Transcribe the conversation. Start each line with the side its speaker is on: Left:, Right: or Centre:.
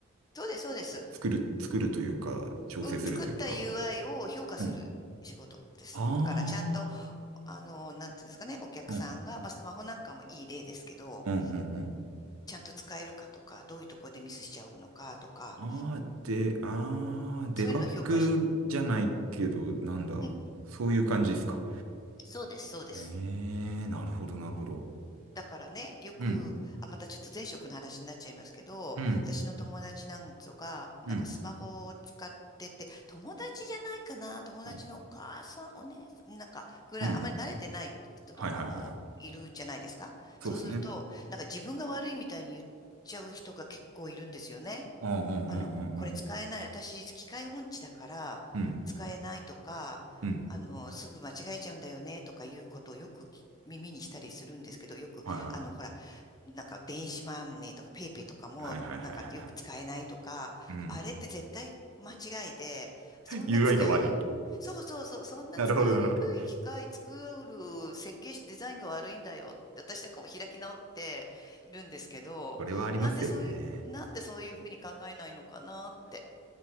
Left: そうです、そうです。
Right: 作る、作るというか、調整するというか、
Left: うん、作った UI を評価する仕事です。
Right: うん。あ
Left: だからちゃんと、あの、なんていうんですかね、お客さんが、
Right: あ、うん。
Left: まあ、スマホなんかもいい例ですけど、
Right: うん、うん、
Left: ちゃんと使えるかとか、どういうところでミスしちゃうのかとか、
Right: うん。ああ、で、ああ、デバッグじゃないけど、
Left: そういうのを評価し、
Right: なんだ。
Left: うん、
Right: そういう感じですか。
Left: そうです、そうです。
Right: ええ、なるほど、なるほど。
Left: だからね、よく、
Right: うん、
Left: あ、またちょっと前職の話になっちゃいますけど、
Right: うん、
Left: 私の友達なんぞが、なんかスマホを使ってて、
Right: うん、
Left: 友達じゃないかな、友達のお母さん、
Right: うん、
Left: お姉さん、なんか、ぐらい、
Right: うん。
Left: あまり慣れてない人とかもいるじゃないですか。
Right: はいはいはいはい。そうですね。
Left: そうすると、なんか自分が悪いみたいに言っちゃう人が結構いるんですよね。
Right: うん、うん、うん、
Left: あの、
Right: うん、
Left: これ使えない。
Right: うん。
Left: 私、機械音痴だから、
Right: うん、
Left: 使えないとか、
Right: うん。
Left: あの、すぐ間違えちゃうんだよね、とかいうことをよくき耳にしたりするんですけど、よく、
Right: はいはいはい。
Left: あの、ほら、なんか電子マネーとかペイペイとかも、
Right: はいはいはいはいはい
Left: なんかよく使えないとか、
Right: うん。
Left: あれって絶対間違いで、そんな使いに、
Right: UI が悪い。
Left: そうそうそう、そんな使いにくい機械作る設計士デザインが悪いんだよって、
Right: なるほどなるほど。
Left: 私なんかも開き直っているんですけど、
Right: これはありますよね。
Left: なんでそうなんでそういうふうに考えないのかなって